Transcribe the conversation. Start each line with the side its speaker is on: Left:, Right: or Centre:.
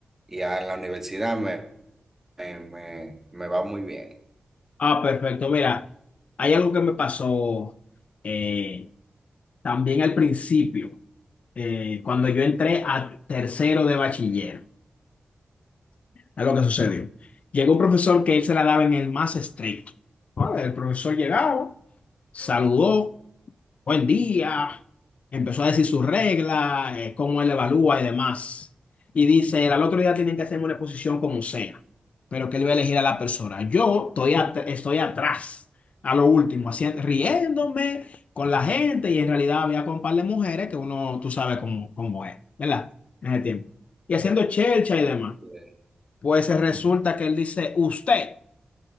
Right: y ya en la universidad me, me, me me va muy bien.
Left: Ah, perfecto. Mira, hay algo que me pasó eh, también al principio, eh, cuando yo entré a tercero de bachiller. Es lo que sucedió. Llegó un profesor que él se la daba en el más estricto. ¿no? El profesor llegaba, saludó buen día, empezó a decir sus reglas, eh, cómo él evalúa y demás. Y dice, al otro día tienen que hacerme una exposición como sea, pero que él va a elegir a la persona. Yo estoy, at- estoy atrás, a lo último, haciendo, riéndome con la gente y en realidad había con un par de mujeres que uno, tú sabes cómo, cómo es, ¿verdad? En ese tiempo. Y haciendo chelcha y demás.
Right: Eh,
Left: Pues eh, resulta que él dice, usted,